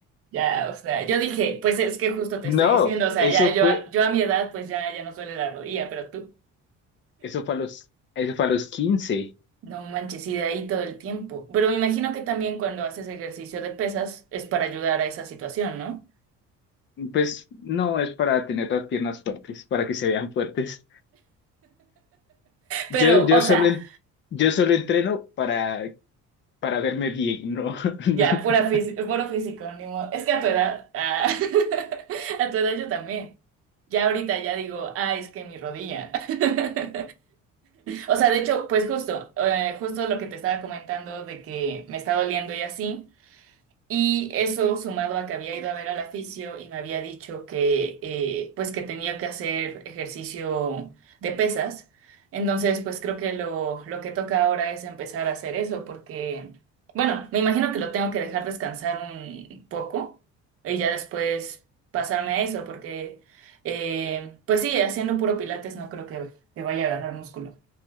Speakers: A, on the right; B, on the left.
A: Ya, o sea, yo dije, pues es que justo te
B: no,
A: estoy diciendo, o sea,
B: eso
A: ya yo,
B: fue,
A: a- yo a mi edad, pues ya, ya no duele la rodilla, pero tú,
B: eso fue a los, eso fue a los quince
A: no manches, y de ahí todo el tiempo. Pero me imagino que también cuando haces ejercicio de pesas es para ayudar a esa situación, ¿no?
B: Pues no, es para tener las piernas fuertes, para que se vean fuertes. Yo,
A: Pero,
B: yo
A: o sea,
B: solo, en- yo solo entreno para, para verme bien, ¿no? <laughs>
A: Ya, pura fis- puro físico, ni modo. Es que a tu edad, ah, <laughs> a tu edad yo también. Ya ahorita ya digo, ah, es que mi rodilla. <laughs> O sea, de hecho, pues justo, eh, justo lo que te estaba comentando de que me está doliendo y así. Y eso sumado a que había ido a ver al aficio y me había dicho que eh, pues que tenía que hacer ejercicio de pesas. Entonces, pues creo que lo, lo que toca ahora es empezar a hacer eso, porque, bueno, me imagino que lo tengo que dejar descansar un poco y ya después pasarme a eso, porque eh, pues sí, haciendo puro pilates no creo que, que vaya a agarrar músculo.